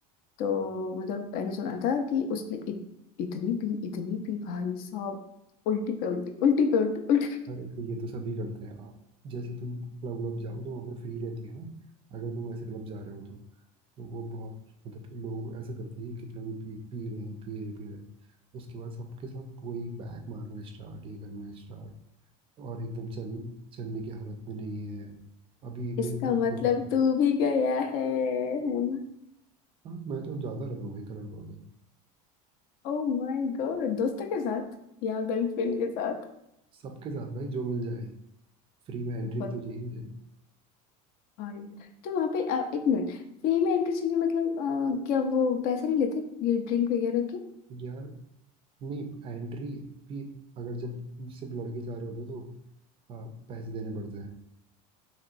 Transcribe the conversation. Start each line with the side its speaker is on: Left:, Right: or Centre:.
Left: तो मतलब मैंने सुना था कि उसने इत, इतनी पी इतनी पी भाई साहब उल्टी पे उल्टी उल्टी पे उल्टी उल्टी
Right: है अरे तो ये तो सभी करते हैं आप जैसे तुम क्लब व्लब जाओ तो वहाँ पर फ्री रहती है ना अगर तुम ऐसे क्लब जा रहे हो तो तो वो बहुत मतलब लोग ऐसा करते हैं कि कितना भी पी पी रहे हैं पी रहे हैं, पी रहे हैं उसके बाद सबके सब वही बैक मारना स्टार्ट ये करना स्टार्ट और एकदम चल चलने की हालत में नहीं है अभी
Left: इसका
Right: मेरे साथ
Left: मतलब
Right: भी होगा
Left: तू भी गया है है ना
Right: हाँ मैं तो जाता रहता हूँ वही क्लब वगैरह
Left: ओ माय गॉड दोस्तों के साथ या गर्लफ्रेंड के साथ
Right: सबके साथ भाई जो मिल जाए फ्री में एंट्री
Left: बहुत
Right: भी तो चाहिए मुझे
Left: भाई तो वहां पे अ, एक मिनट फ्री में एंट्री चाहिए मतलब अ, क्या वो पैसे नहीं लेते ये ड्रिंक वगैरह के
Right: यार नहीं एंट्री भी अगर जब सिर्फ लड़के जा रहे होते हो तो आ, पैसे देने पड़ते हैं